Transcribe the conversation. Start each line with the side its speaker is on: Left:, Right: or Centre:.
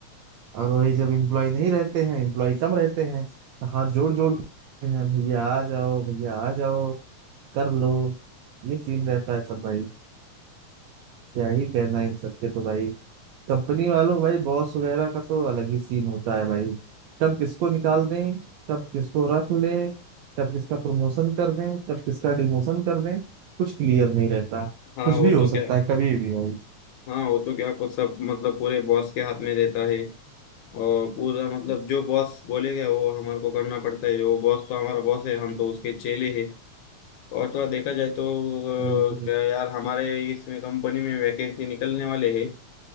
Right: और वही जब एम्प्लॉय नहीं रहते हैं एम्प्लॉय कम रहते हैं तो हाथ जोड़ जोड़ के हैं भैया आ जाओ भैया आ जाओ कर लो ये सीन रहता है सब भाई क्या ही कहना है इन सबसे तो भाई कंपनी वालों को भाई बॉस वगैरह का तो अलग ही सीन होता है भाई कब किसको निकाल दें कब किसको रख लें कब किसका प्रमोशन कर दें कब किसका डिमोशन कर दें कुछ क्लियर नहीं रहता
Left: हाँ
Right: कुछ
Left: वो
Right: भी हो
Left: तो क्या
Right: सकता है कभी भी भाई
Left: हाँ वो तो क्या कुछ सब मतलब पूरे बॉस के हाथ में रहता है और पूरा मतलब जो बॉस बोलेगा वो हमारे को करना पड़ता है वो बॉस तो हमारा बॉस है हम तो उसके चेले हैं और थोड़ा देखा जाए तो
Right: बिल्कुल
Left: अ, क्या यार हमारे इसमें कंपनी में वैकेंसी निकलने वाले हैं